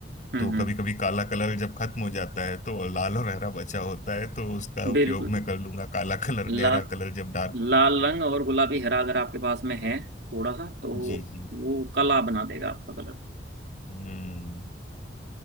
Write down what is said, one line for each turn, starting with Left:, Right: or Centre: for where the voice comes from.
Right: हम्म
Left: तो
Right: हम्म,
Left: कभी कभी काला कलर जब खत्म हो जाता है तो लाल और हरा बचा होता है तो उसका उपयोग
Right: बिल्कुल
Left: मैं कर लूंगा काला कलर गहरा
Right: लाल
Left: कलर जब डार्क
Right: लाल रंग और गुलाबी हरा अगर आपके पास में है थोड़ा सा तो
Left: जी जी
Right: वो काला बना देगा आपका कलर
Left: हम्म